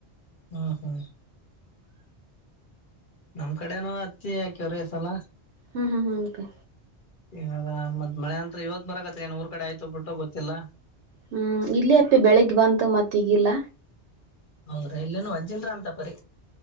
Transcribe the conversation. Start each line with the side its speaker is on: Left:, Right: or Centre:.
Left: ಹಾ ಹಾ ನಮ್ ಕಡೆನುೂ ಅಚ್ಚಿ ಯಾಕ್ಯವ್ರೀಸಲ
Right: ಹ್ಮ್ ಹಾ ಹ ಗಕೆ
Left: ಇವಾಗ ಮತ್ತ್ ಮಳೆ ಅಂತತ್ ಇವತ್ ಬರತ್ ಏನ್ ಊರ್ ಕಡೆ ಆಯ್ತು ಬಿಟ್ಟ ಗೊತ್ತಿಲ್ಲ
Right: ಹ್ಮ್ ಇಲ್ಲಿ ಅಪ್ಪಿ ಬೆಳಿಗ್ ಬಂತು ಮತ್ತ ಈಗಿಲ್ಲ
Left: ಹೌದ್ರಾ ಇಲ್ಲೇನು ಅಜ್ಜಿಲ್ರ ಅಂತ ಪರಿ